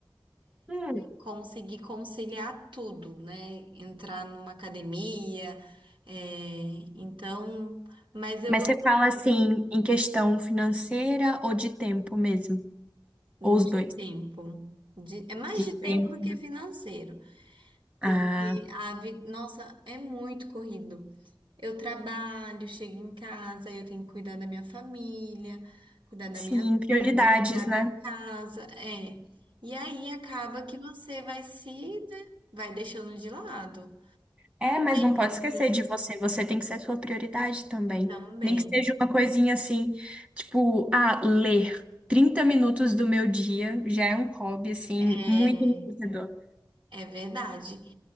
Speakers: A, on the right (about 15°); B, on the right (about 75°).
A: Hum,
B: conseguir conciliar tudo, né? Entrar numa academia, é, então, mas eu
A: Mas
B: gostaria
A: você fala assim, em questão financeira ou de tempo mesmo?
B: de
A: Ou os dois?
B: tempo. De- é mais
A: De
B: de tempo
A: tempo.
B: do que financeiro. Porque
A: Ah,
B: a vi... nossa, é muito corrido. Eu trabalho, chego em casa, eu tenho que cuidar da minha família, cuidar da
A: sim,
B: minha
A: prioridades,
B: filha, cuidar da
A: né?
B: casa, é. E aí acaba que você vai se, né, vai deixando de lado.
A: É, mas não
B: Muitas
A: pode esquecer de você. Você tem que ser a sua prioridade também.
B: também.
A: Nem que seja uma coisinha assim, tipo, ah, ler 30 minutos do meu dia já é um hobby, assim,
B: É,
A: muito enriquecedor.
B: é verdade.